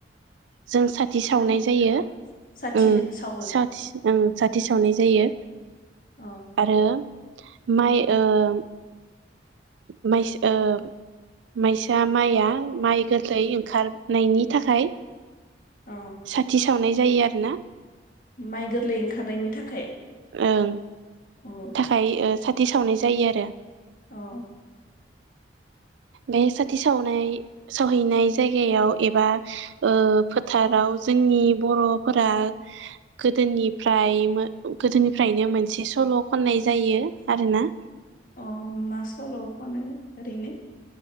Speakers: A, on the right (about 80°); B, on the left (about 50°).
A: जों साथि सावनाय
B: माइनि फोथाराव
A: जायो
B: साथि
A: उम
B: सावो
A: साथि उम सा थि सावनाय जायो
B: अ
A: आरो माइ ओम माइस ओम माइसा माइआ माइ गोथै ओंखारनायनि थाखाय
B: औ
A: साथि सावनाय जायो आरोना
B: माइ गोरलै ओंखारनायनि थाखाय
A: ओं
B: अ
A: थाखाय ओ सा थि सावनाय जायो आरो
B: औ
A: बे साथि सावनाय सावहैनाय जायगायाव एबा ओ फोथाराव जोंनि बर'फोरा गोदोनिफ्राय गोदोनिफ्रायनो मोनसे सल खननाय जायो आरोना
B: अ मा सल' खनो ओरैनो